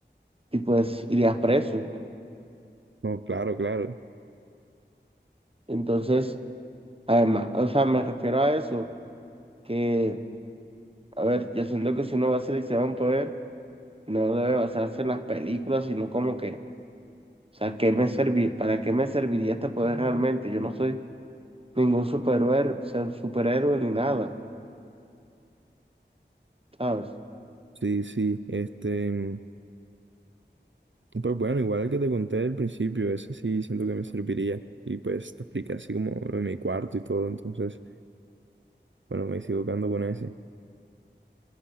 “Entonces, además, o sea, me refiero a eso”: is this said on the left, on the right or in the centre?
Right